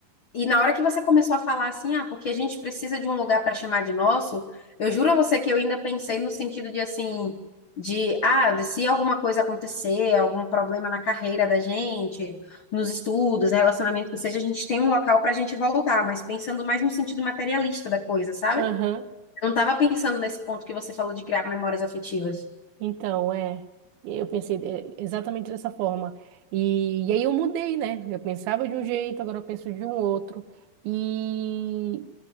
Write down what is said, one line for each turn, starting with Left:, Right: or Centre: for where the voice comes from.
Left: E na hora que você começou a falar assim, ah, porque a gente precisa de um lugar para chamar de nosso, eu juro a você que eu ainda pensei no sentido de assim, de, ah, de se alguma coisa acontecer, algum problema na carreira da gente, nos estudos, relacionamento que seja, a gente tem um local para a gente voltar, mas pensando mais no sentido materialista da coisa, sabe?
Right: Aham.
Left: Eu não estava pensando nesse ponto que você falou de criar memórias afetivas.
Right: Então, é, eu pensei é, exatamente dessa forma. E, e aí eu mudei, né? Eu pensava de um jeito, agora eu penso de um outro. E